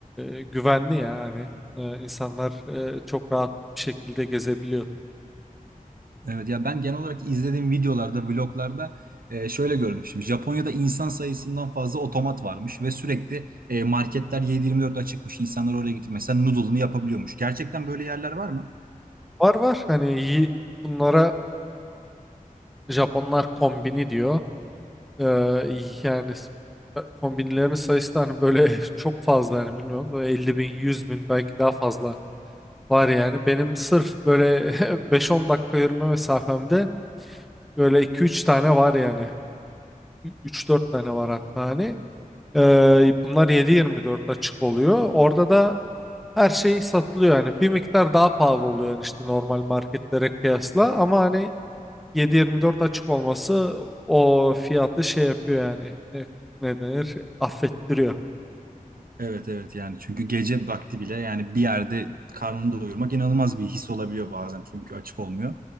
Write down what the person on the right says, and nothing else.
Evet ya ben genel olarak izlediğim videolarda, vloglarda e, şöyle görmüşüm. Japonya'da insan sayısından fazla otomat varmış ve sürekli e, marketler 7-24 açıkmış. İnsanlar oraya gidip mesela noodle'ını yapabiliyormuş. Gerçekten böyle yerler var mı?
Evet evet yani çünkü gece vakti bile yani bir yerde karnını doyurmak inanılmaz bir his olabiliyor bazen çünkü açık olmuyor.